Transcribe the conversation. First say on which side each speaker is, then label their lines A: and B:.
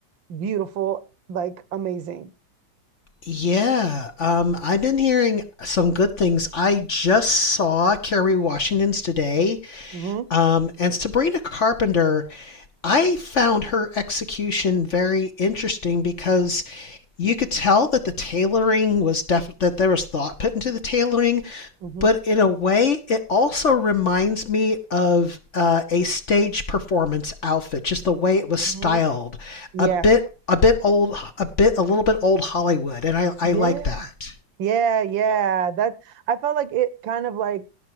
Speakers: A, on the right; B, on the left.
A: beautiful, like amazing.
B: Yeah, um, I've been hearing some good things. I just saw Kerry Washington's today,
A: hmm
B: um, and Sabrina Carpenter I found her execution very interesting because you could tell that the tailoring was def that there was thought put into the tailoring,
A: hmm
B: but in a way, it also reminds me of uh, a stage performance outfit, just the way it was
A: hmm
B: styled,
A: Yeah,
B: a bit a bit old, a bit a little bit old Hollywood, and I
A: yeah,
B: I like that.
A: yeah, yeah. That I felt like it kind of like